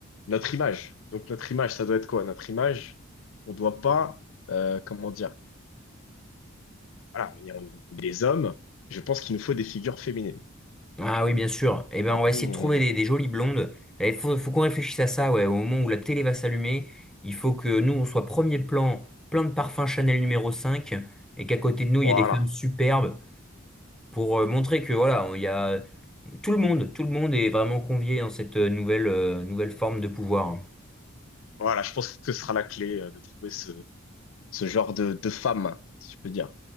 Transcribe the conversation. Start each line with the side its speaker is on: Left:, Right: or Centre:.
Left: notre image. Donc, notre image, ça doit être quoi? Notre image, on ne doit pas, euh, comment dire, voilà, on est, on est des hommes. Je pense qu'il nous faut des figures féminines.
Centre: Ah oui, bien sûr. Eh ben,
Left: C'est
Centre: on
Left: un peu
Centre: va essayer
Left: mon.
Centre: de trouver des, des jolies blondes. Il faut, faut qu'on réfléchisse à ça, ouais. Au moment où la télé va s'allumer, il faut que nous, on soit premier plan, plein de parfums Chanel numéro 5 et qu'à côté de nous, il
Left: Voilà.
Centre: y ait des femmes superbes pour euh, montrer que, voilà, il y a. Tout le monde, tout le monde est vraiment convié dans cette euh, nouvelle, euh, nouvelle forme de pouvoir.
Left: Voilà, je pense que ce sera la clé euh, de trouver ce, ce genre de, de femme, si je peux dire.